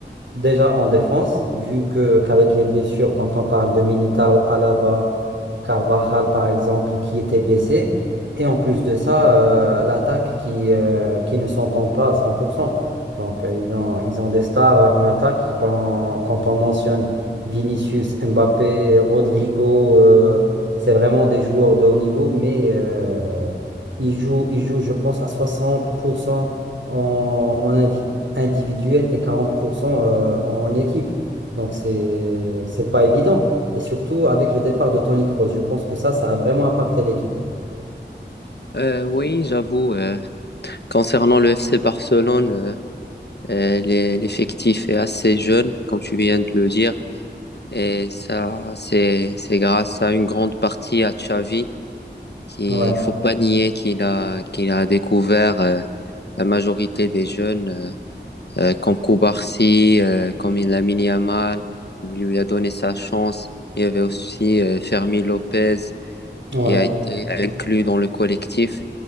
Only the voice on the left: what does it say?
Euh, oui, j'avoue, euh, concernant le FC Barcelone. Euh, les- L'effectif est assez jeune, comme tu viens de le dire, et ça, c'est c'est grâce à une grande partie à Xavi, qui
faut pas nier qu'il a qu'il a découvert euh, la majorité des jeunes, euh, euh, comme Koubarsi, euh, comme Lamine Yamal, il lui a donné sa chance. Il y avait aussi euh, Fermi Lopez,
qui a été inclus dans le collectif.